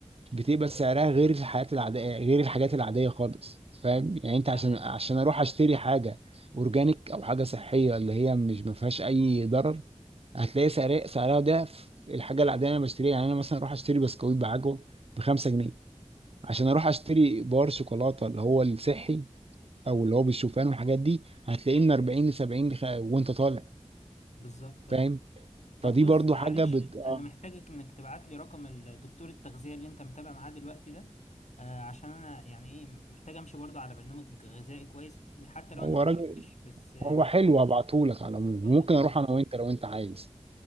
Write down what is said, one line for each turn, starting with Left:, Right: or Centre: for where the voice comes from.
Right: بتبقى سعرها غير الحاجات العادية غير الحاجات العادية خالص فاهم يعني أنت عشان
Left: تمام
Right: عشان أروح أشتري حاجة أورجانيك أو حاجة صحية اللي هي مش ما فيهاش أي ضرر هتلاقي سعر- سعرها ضعف الحاجه العاديه اللي انا بشتريها يعني انا مثلا اروح اشتري بسكويت بعجوه ب 5 جنيه عشان اروح اشتري بار شوكولاته اللي هو الصحي او اللي هو بالشوفان والحاجات دي هتلاقيه من 40 ل 70 لخ- وانت طالع
Left: بالظبط اه
Right: فاهم
Left: طب
Right: فدي
Left: بص
Right: برضو حاجه
Left: معلش
Right: بت... آه.
Left: انا محتاجك انك تبعت لي رقم الدكتور التغذية اللي انت متابع معاه دلوقتي ده آه عشان انا يعني ايه محتاج امشي برضو على برنامج غذائي كويس حتى لو
Right: هو
Left: انا ما
Right: راجل
Left: تعبتش بس آم،
Right: هو حلو هبعتهولك على العموم
Left: خلاص
Right: ممكن اروح
Left: مفيش
Right: انا
Left: مشكلة
Right: وانت لو انت عايز